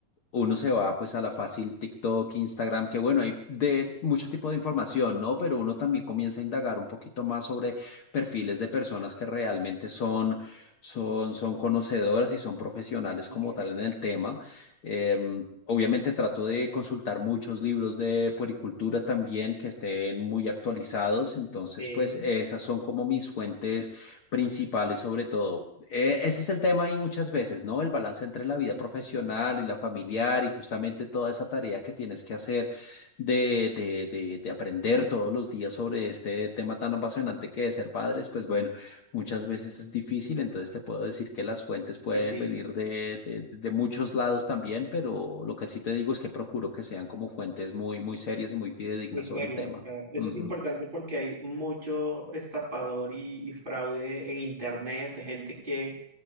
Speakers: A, on the left; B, on the right.
A: uno se va pues a la fácil TikTok, Instagram, que bueno, hay de mucho tipo de información, ¿no? Pero uno también comienza a indagar un poquito más sobre perfiles de personas que realmente son, son, son conocedoras y son profesionales
B: Eh,
A: como tal en el tema. Em, obviamente trato de consultar muchos libros de puericultura también que estén muy actualizados, entonces
B: Sí,
A: pues esas son como mis fuentes principales sobre todo. Eh, ese es el tema ahí muchas veces, ¿no? El balance entre la vida profesional y la familiar y justamente toda esa tarea que tienes que hacer de, de, de, de aprender todos los días sobre este tema tan apasionante que es ser padres, pues bueno. Muchas veces es difícil, entonces te puedo decir que las fuentes pueden
B: difícil,
A: venir de, de- de muchos lados también, pero lo que sí te digo es que procuro que sean como fuentes muy, muy serias y muy fidedignas
B: muy serio.
A: sobre el tema.
B: Claro. Eso
A: Ujú.
B: es importante porque hay mucho estafador y, y fraude en internet, gente que